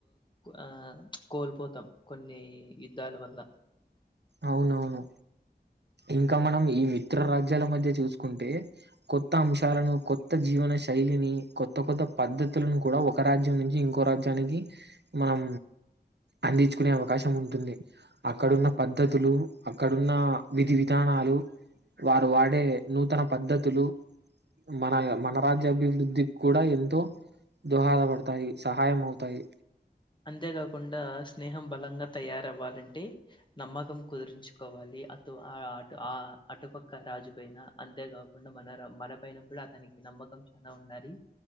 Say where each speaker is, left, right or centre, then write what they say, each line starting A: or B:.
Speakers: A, on the left (about 25°); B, on the right (about 75°).
A: ఆ కోల్పోతాం కొన్ని యుద్ధాల వల్ల
B: అవునవును ఇంకా మనం ఈ మిత్ర రాజ్యాల మధ్య చూసుకుంటే కొత్త అంశాలను కొత్త జీవన మన శైలిని కొత్త కొత్త పద్ధతులను కూడా ఒక రాజ్యం నుంచి ఇంకో రాజ్యానికి మనం అందించుకునే అవకాశం ఉంటుంది అక్కడున్న పద్ధతులు అక్కడున్న విధి విధానాలు వారు వాడే నూతన పద్ధతులు మన మన రాజ్యాభివృద్ధికి కూడా ఎంతో దోహదపడతాయి సహాయం అవు తాయి
A: అంతేకాకుండా స్నేహం బలంగా తయారవ్వాలంటే నమ్మకం కుదిరించుకోవాలి అటు అటు ఆ అటుపక్కన రాజుపైన అంతే కాకుండా మన మన పైనప్పుడు అతనికి నమ్మకం చానా ఉండాలి